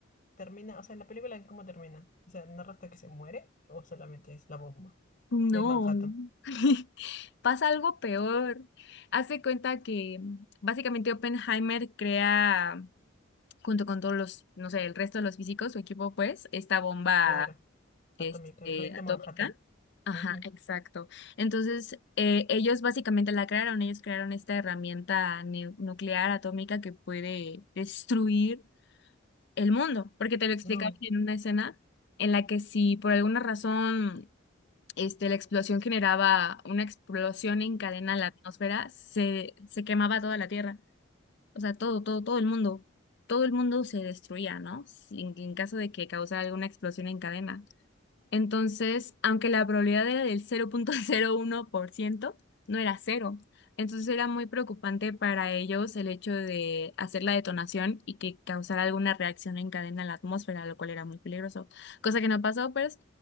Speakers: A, on the left; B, on the left.
A: Termina, o sea, en la película, ¿en ¿cómo termina? O sea, ¿narra hasta que se muere o solamente es la bomba
B: No.
A: del Manhattan?
B: <laughs> Pasa algo peor. Haz de cuenta que básicamente Oppenheimer crea, junto con todos los, no sé, el resto de los físicos, su equipo, pues, esta bomba
A: Claro. Atómica,
B: este,
A: el proyecto
B: atómica.
A: Manhattan.
B: Ajá,
A: Ujú.
B: exacto. Entonces, eh, ellos básicamente la crearon, ellos crearon esta herramienta nu- nuclear atómica que puede destruir el mundo, porque te lo explicaban
A: No,
B: en una escena en la que si por alguna razón este, la explosión generaba una explosión en cadena en la atmósfera, se, se quemaba toda la Tierra, o sea, todo, todo, todo el mundo, todo el mundo se destruía, ¿no? Si- En, en caso de que causara alguna explosión en cadena. Entonces, aunque la probabilidad era del 0.01%, no era cero. Entonces era muy preocupante para ellos el hecho de hacer la detonación y que causara alguna reacción en cadena en la atmósfera, lo cual era muy peligroso, cosa que no pasó, pues.